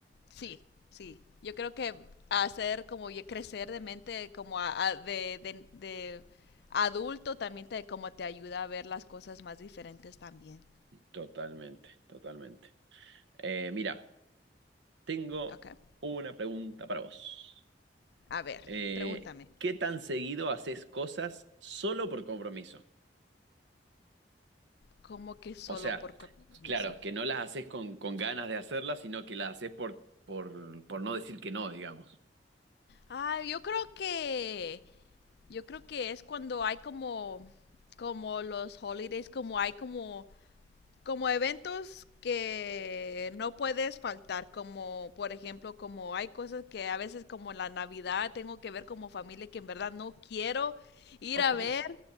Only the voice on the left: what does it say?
Sí, sí. Yo creo que hacer como ya crecer de mente, como a- a- de, de- de adulto, también te, como te ayuda a ver las cosas más diferentes también.
Ok.
A ver,
pregúntame.
Como que solo
por compromiso.
Ah, yo creo que. Yo creo que es cuando hay como. Como los holidays, como hay como. Como eventos que no puedes faltar, como por ejemplo, como hay cosas que a veces como la Navidad tengo que ver como familia que en verdad no quiero ir
a ver,